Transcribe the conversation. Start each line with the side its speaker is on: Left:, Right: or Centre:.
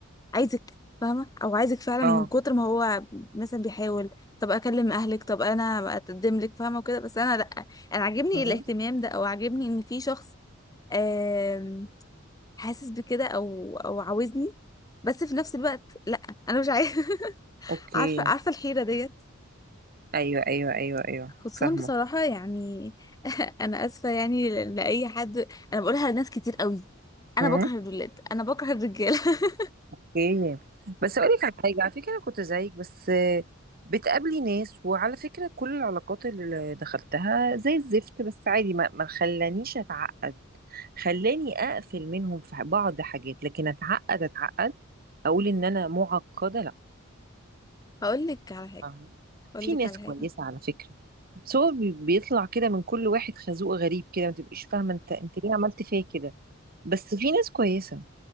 Left: عايزك فاهمة او عايزك فعلا
Right: اه
Left: من كتر ما هو مثلا بيحاول طب اكلم اهلك طب انا اقدم لك فاهمة وكده بس انا لا انا عاجبني
Right: مم.
Left: الاهتمام ده او عاجبني ان في شخص آم، حاسس بكده او او عاوزني بس في نفس الوقت لا انا مش عايزة <laughs>
Right: اوكي
Left: عارفة عارفة الحيرة ديت
Right: ايوه ايوه ايوه ايوه
Left: خصوصا
Right: فاهمه
Left: بصراحة يعني <laughs> انا اسفة يعني ل- لاي حد انا بقولها لناس كتير قوي انا
Right: مم.
Left: بكره الولاد انا بكره الرجالة <laughs>
Right: اوكي بس اقول لك على حاجه على فكره انا كنت زيك بس آه، بتقابلي ناس وعلى فكره كل العلاقات اللي دخلتها زي الزفت بس عادي ما ما خلانيش اتعقد خلاني اقفل منهم في بعض حاجات لكن اتعقد اتعقد اقول ان انا معقده لا
Left: هقول لك على حاجة
Right: فاهمة؟
Left: هقول
Right: في
Left: لك
Right: ناس
Left: على
Right: كويسه
Left: حاجة
Right: على فكره بس هو بي- بيطلع كده من كل واحد خازوق غريب كده ما تبقيش فاهمه انت انت ليه عملت فيا كده بس في ناس كويسه